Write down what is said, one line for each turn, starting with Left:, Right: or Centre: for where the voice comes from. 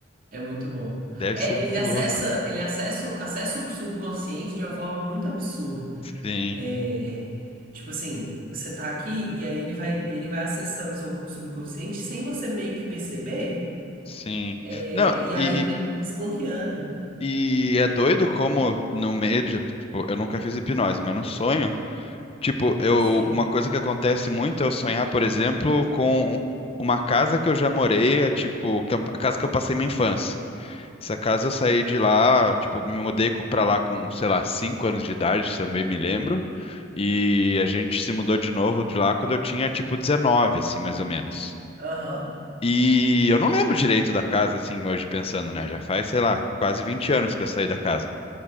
Right: É muito bom.
Left: Deve
Right: É,
Left: ser muito
Right: ele acessa,
Left: louco.
Right: ele acessa, acessa o subconsciente de uma forma muito absurda.
Left: Sim.
Right: É, tipo assim, você tá aqui e aí ele vai, ele vai acessando o seu subconsciente sem você meio que perceber,
Left: Sim.
Right: é,
Left: Não,
Right: e
Left: e,
Right: aí vai desbloqueando.
Left: e é doido como no meio de. tipo, eu nunca fiz hipnose, mas no sonho, tipo, eu,
Right: Sim.
Left: uma coisa que acontece muito é eu sonhar, por exemplo, com uma casa que eu já morei, é, tipo, que é a casa que eu passei minha infância. Essa casa eu saí de lá, tipo, me mudei co- pra lá com, sei lá, cinco anos de idade, se eu bem me lembro. E a gente se mudou de novo de lá quando eu tinha, tipo, 19, assim, mais ou menos.
Right: Aham.
Left: E eu não lembro direito da casa, assim, hoje pensando, né? Já faz, sei lá, quase 20 anos que eu saí da casa.